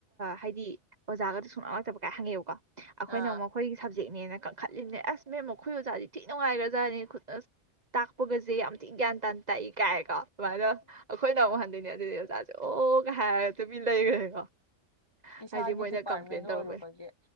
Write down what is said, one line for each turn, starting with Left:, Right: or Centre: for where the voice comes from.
Right: ꯍꯥꯏꯗꯤ ꯑꯣꯖꯥꯒꯗ ꯁꯨꯡꯅꯥꯎ ꯂꯛꯇꯕ ꯀꯥꯏ ꯍꯪꯉꯦꯨꯒ ꯑꯩꯈꯣꯏꯅ
Left: ꯑꯥ
Right: ꯑꯃꯨ ꯃꯈꯣꯏꯒꯤ ꯁꯞꯖꯦꯛꯅꯦꯅ ꯀꯟꯈꯠꯂꯤꯅꯦ ꯑꯁ ꯃꯃ ꯃꯈꯈꯣꯏ ꯌꯥꯗꯤꯤ ꯅꯨꯡꯉꯥꯏꯈ꯭ꯔꯖꯥꯠꯅꯤ ꯈꯨꯠꯅ ꯇꯥꯛꯄꯒꯁꯦ ꯌꯥꯝ ꯒ꯭ꯌꯥꯟ ꯇꯥꯥꯟ ꯇꯥꯛꯏ ꯀꯥꯏꯦꯀꯣ ꯑꯗꯨꯃꯥꯏꯅ ꯑꯩꯈꯣꯏꯅ ꯑꯃꯨꯛ ꯍꯟꯗꯣꯏꯅꯦ ꯑꯗꯨꯗꯤ ꯑꯣꯖꯥꯥꯁꯦ ꯑꯣ ꯍꯥꯏ ꯇ ꯃꯤ ꯂꯩꯒꯦꯒ
Left: ꯏꯁꯥꯒꯤ
Right: ꯍꯥꯏꯗꯤ ꯃꯣꯏꯅ
Left: ꯗꯤꯄꯥꯔꯠꯃꯦꯟ
Right: ꯀꯝꯄ꯭ꯂꯦꯟ
Left: ꯑꯣꯏꯔꯨꯕꯒꯤ
Right: ꯇꯧꯔꯕꯩ